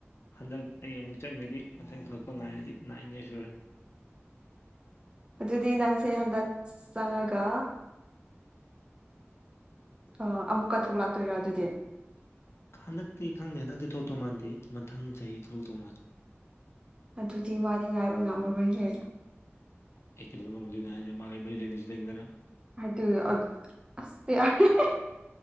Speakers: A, on the left; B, on the right.
A: ꯍꯟꯗꯛ ꯑꯩ ꯑꯃꯨꯛ ꯆꯪꯉꯗꯤ ꯃꯊꯪ ꯊꯣꯛꯂꯛꯄ ꯉꯥꯏꯔꯗꯤ ꯅꯥꯏꯟ ꯌꯥꯔꯁ ꯁꯨꯔꯅꯤ
B: ꯑꯗꯨꯗꯤ ꯅꯪꯁꯦ ꯍꯟꯗꯛ ꯆꯪꯉꯥꯒ ꯑꯣ ꯑꯃꯨꯛꯀꯥ ꯊꯣꯛ ꯂꯥꯛꯇꯣꯏꯔꯥ ꯑꯗꯨꯗꯤ
A: ꯍꯟꯗꯛꯇꯤ ꯈꯪꯗꯦ ꯍꯟꯗꯛꯇꯤ ꯊꯣꯛꯇꯧ ꯃꯥꯟꯗꯦ ꯃꯊꯪ ꯆꯍꯤ ꯊꯣꯛ ꯇꯧ ꯃꯥꯜꯂꯤ
B: ꯑꯗꯨꯗꯤ ꯃꯥꯗꯤ ꯉꯥꯏꯕ ꯉꯝꯃꯥꯔꯣꯏꯍꯦ
A: ꯑꯦ ꯀꯩꯗꯧꯕꯩ ꯉꯝꯃꯣꯏ ꯗꯣꯏꯅꯣ ꯍꯥꯏꯁꯦ ꯃꯥꯒꯥ ꯑꯩ ꯃꯔꯤ ꯂꯩꯁꯨ ꯂꯩꯅꯗꯅ
B: <unintelligible>